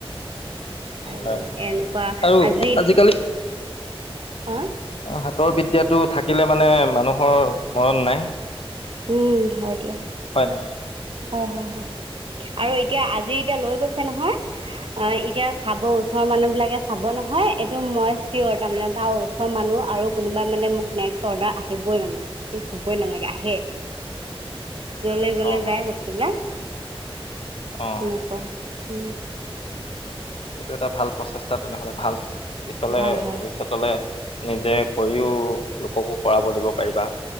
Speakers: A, on the right; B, on the left.
A: আৰু
B: হয়
A: এনেকুৱা
B: আৰু
A: আজিত
B: আজিকালি
A: হা-
B: হাতৰ বিদ্যাটো থাকিলে মানে মানুহৰ মৰণ নাই।
A: উম হয় দিয়া।
B: হয়
A: হয় হয় হয় আৰু এতিয়া আজি এতিয়া লৈ গৈছে নহয় অ এতিয়া চাব ওচৰৰ মানুহ বিলাকে চাব ন নহয় এইটো মই চিয়'ৰ তাৰমানে তাৰ ওচৰ মানুহ আৰু কোনোবাই মানে মোক নেক্স অৰ্ডাৰ আহিবই মানে ক'বই নালাগে আহে জলে জলে
B: অঁ
A: যায় বস্তুবিলাক
B: অঁ
A: এনেকুৱা হু
B: এইটো এটা ভাল প্ৰচেষ্টা তেনেহ'লে ভাল পিছলে
A: ভাল ভাল
B: ভৱিষ্যতলে নিজে কৰিও লোককো কৰাব দিব পাৰিবা